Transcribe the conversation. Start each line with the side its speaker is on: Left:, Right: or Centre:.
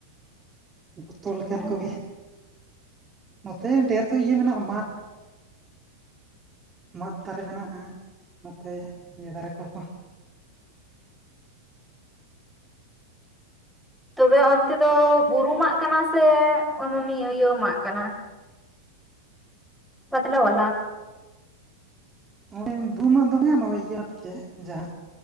Right: ᱡᱚᱛᱚ ᱞᱮᱠᱟᱱ
Centre: ᱦᱮᱸ
Right: ᱠᱚᱜᱮ ᱱᱚᱛᱮ ᱰᱷᱮᱨ ᱫᱚ ᱤᱭᱟᱹ ᱢᱮᱱᱟᱜᱼᱟ ᱢᱟᱫᱽ ᱢᱟᱫᱽ ᱫᱟᱨᱮ ᱢᱮᱱᱟᱜᱼᱟ ᱱᱚᱛᱮ ᱤᱭᱟᱹ ᱫᱟᱨᱮ ᱠᱚᱨᱮ ᱫᱚ
Centre: ᱛᱚᱵᱮ ᱚᱱᱛᱮ ᱫᱚ ᱵᱩᱨᱩ ᱢᱟᱜ ᱠᱟᱱᱟ ᱥᱮ <unintelligible> ᱤᱭᱟᱹ ᱢᱟᱜ ᱠᱟᱱᱟ ᱯᱟᱛᱞᱟ ᱵᱟᱞᱟ
Right: ᱱᱚᱜᱼᱚᱭ ᱵᱩᱨᱩ ᱢᱟᱫᱽ ᱫᱚ ᱵᱟᱝᱼᱟ ᱱᱚᱜᱼᱚᱭ ᱤᱭᱟᱹ ᱢᱟᱫᱽ ᱜᱮ ᱡᱟ